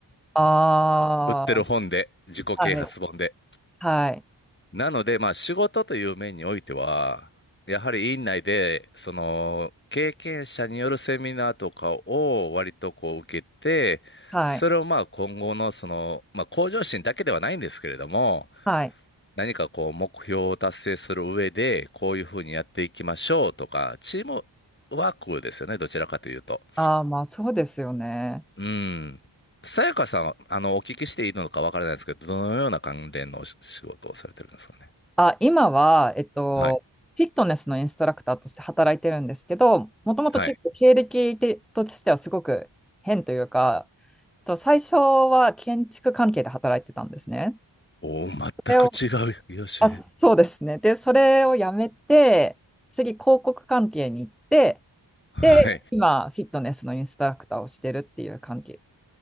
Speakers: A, in the centre; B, on the left.
A: ああ、
B: 売ってる本で、自己啓発本で。
A: はい、はい、
B: なので、まあ、仕事という面においては、やはり院内で、その、経験者によるセミナーとかを割とこう受けて、
A: はい、
B: それをまあ今後のその、まあ向上心だけではないんですけれども、
A: はい、
B: 何かこう目標を達成する上で、こういうふうにやっていきましょうとか、チームワークですよね、どちらかというと。
A: ああ、まあそうですよね。
B: うん。さやかさんは、あの、お聞きしていいのかわからないですけど、どのような関連のお仕事をされてるんですかね。
A: あ、今は、えっと、
B: はい。
A: フィットネスのインストラクターとして働いてるんですけど、もともと結構経歴てとしてはすごく変というか、
B: はい。
A: えっと最初は建築関係で働いてたんですね。
B: おー全く違う、
A: それを
B: よし。
A: あ、そうですね。で、それをやめて、次、広告関係に行って、
B: はい。
A: で、今、フィットネスのインストラクターをしてるっていう関係、